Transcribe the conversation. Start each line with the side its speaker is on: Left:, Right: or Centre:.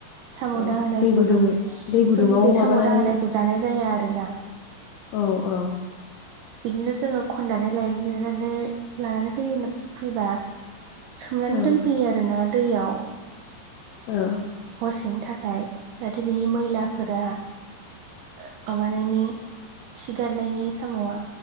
Right: साम'
Left: औ
Right: द होनोनायखौ
Left: दै गुदुं
Right: जोङो जोंनिखि
Left: दै गुदुङाव माबानानै
Right: साम' द होनोनायखौ जानाय जाया आरोना
Left: अ अ
Right: बिदिनो जोङो खननानै लायनानै लानानै फै फैबा सोमनानै
Left: औ
Right: दोनफैयो आरोना दैयाव
Left: औ
Right: हरसेनि थाखाय जाहाथे बिनि मैलाफोरा माबानायनि खिगारनायनि साम'आ